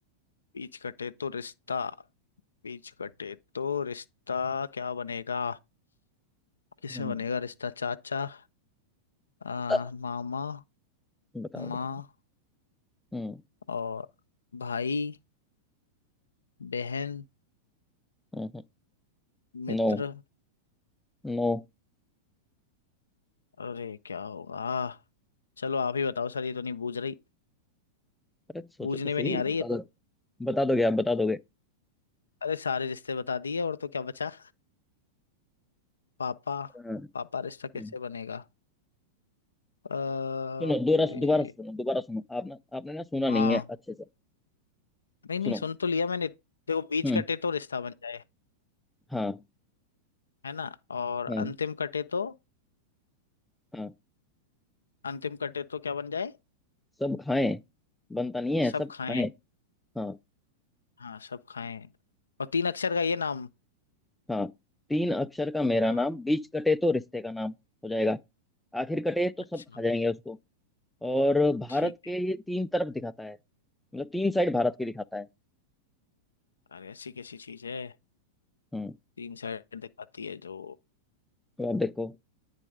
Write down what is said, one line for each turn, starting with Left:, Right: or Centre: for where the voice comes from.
Left: बीच कटे तो रिश्ता बीच कटे तो रिश्ता क्या बनेगा किसमें
Centre: हम्म,
Left: बनेगा रिश्ता चाचा आ,
Centre: अ,
Left: मामा
Centre: बताओ
Left: माँ
Centre: बताओ हम्म
Left: और भाई बहन
Centre: हम्म
Left: मित्र
Centre: No no
Left: अरे क्या होगा चलो आप ही बताओ सर ये तो नहीं बूझ रही
Centre: अरे सोचो
Left: बूझने
Centre: तो सही
Left: में नहीं आ रही
Centre: बता
Left: है तो
Centre: दो बता दोगे आप बता दोगे
Left: अरे सारे रिश्ते बता दिए और तो क्या बचा पापा
Centre: हाँ,
Left: पापा रिश्ता कैसे
Centre: हम्म,
Left: बनेगा अ,
Centre: सुनो दोबारा
Left: ए,
Centre: दोबारा सुनो दोबारा सुनो आपने आपने ना सुना
Left: हाँ
Centre: नहीं है अच्छे से
Left: नहीं नहीं
Centre: सुनो
Left: सुन तो लिया मैंने देखो बीच
Centre: हम्म
Left: कटे तो रिश्ता बन जाए
Centre: हाँ
Left: है ना और
Centre: हाँ
Left: अंतिम कटे तो
Centre: हाँ
Left: अंतिम कटे तो क्या बन जाए
Centre: सब खाएं बनता नहीं है
Left: सब
Centre: सब
Left: खाएं
Centre: खाएं हाँ
Left: हाँ सब खाएं और तीन अक्षर का ये नाम
Centre: हाँ तीन अक्षर का मेरा
Left: हाँ,
Centre: नाम बीच कटे तो रिश्ते का नाम हो जाएगा आखिर कटे तो
Left: अच्छा
Centre: सब खा जाएंगे उसको और भारत
Left: ठीक
Centre: के
Left: है
Centre: ये तीन तरफ दिखाता है मतलब तीन साइड भारत की दिखाता है
Left: अरे ऐसी कैसी चीज है
Centre: हम्म
Left: तीन साइड दिखाती है जो
Centre: तो आप देखो